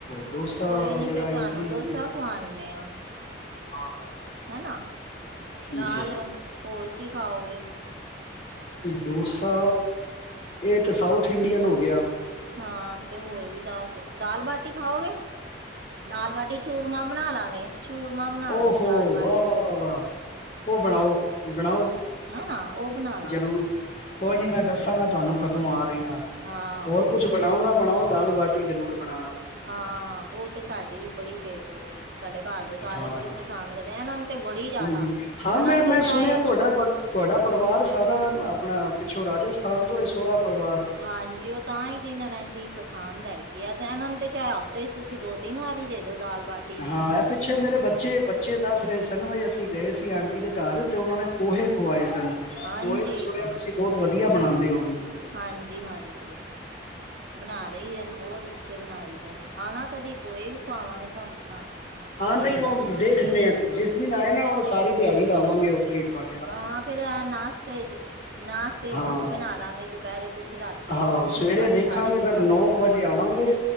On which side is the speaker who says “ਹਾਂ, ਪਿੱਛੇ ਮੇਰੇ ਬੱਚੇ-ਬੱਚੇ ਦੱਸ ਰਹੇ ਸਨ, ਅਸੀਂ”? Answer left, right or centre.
Left